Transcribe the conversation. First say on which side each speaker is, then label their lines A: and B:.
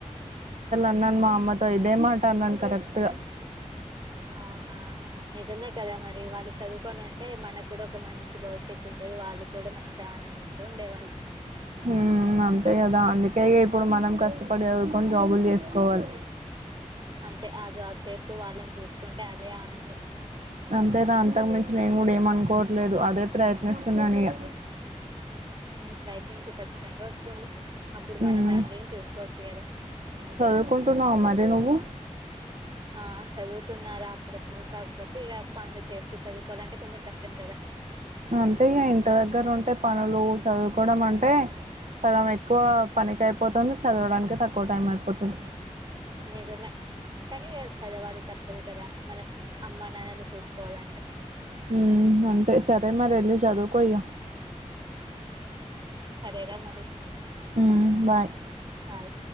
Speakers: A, on the right; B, on the right.
A: నన్ మా అమ్మ స ఇదే మాట అ నను కరెక్ట్ టుగ
B: అవునా నిజమే కదా మరి వాళ్ళు చదువుకొని ఉంటే మనకు కూడా ఒక మంచి భవిష్యత్తు ఉండేది వాళ్ళు కూడా మంచిగా ఆనందంగా ఉండేవాళ్ళు.
A: మ్మ్ అంతే కదా అందుకే ఇప్పుడు మనం కష్ట పడి చదుకొని జాబులు చేసుకోవాలి
B: అంతే ఆ జాబ్ చేస్తూ వాళ్ళని చూసుకుంటే అదే ఆనందం మనకి
A: అంతే నా అంతకు మించి నేను కూడా ఏమ అనుకోవట్లేదు అదే ప్రయత్నిస్తున్నాను ఇగ
B: ప్రయత్నించు ఖచ్చితంగా వస్తుంది అప్పుడు
A: హ్మ్
B: మన ఫ్యామిలీని చూసుకోవచ్చు కదా
A: చదువుకుంటున్నావ మరి నువ్వు
B: ఆ చదువుతున్నారా అప్పుడప్పుడు కాకపోతే ఇగ పనులు చేస్తూ చదువుకోవాలంటే కొంచెం కష్టం కదా
A: అంటే ఇగ ఇంటి దగ్గర ఉంటే పనులు చదువుకోవడం అంటే సగం ఎక్కువ పనికి అయిపోతుంది చదవడానికి తక్కువ టైం పోతది
B: నిజమే కానీ చదవాలి తప్పదు కదా మన అమ్మా నాన్నని చూసుకోవాలంటే
A: హ్మ్ అంతే సరే మరి వెళ్లి చదుకో ఇగ
B: సరేరా మరి
A: హ్మ్ బాయ్
B: బాయ్